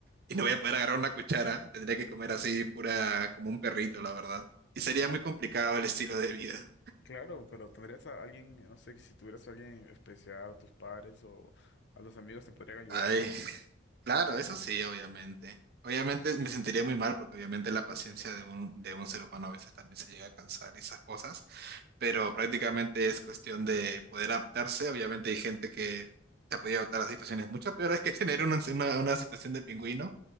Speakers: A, on the right; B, on the left.
A: y no voy a poder agarrar una cuchara. Tendría que comer así pura, como un perrito, la verdad. Y sería
B: No,
A: muy complicado el estilo de vida.
B: claro, pero tendrías a alguien, no sé, que si tuvieras a alguien especial, a tus padres o a los amigos te podrían ayudar
A: Ay,
B: a comer.
A: claro, eso sí, obviamente. Obviamente me sentiría muy mal porque obviamente la paciencia de un, de un ser humano a veces también se llega a cansar y esas cosas, pero prácticamente es cuestión de poder adaptarse. Obviamente hay gente que se ha podido adaptar a situaciones mucho peores que tener una, una, una situación de pingüino,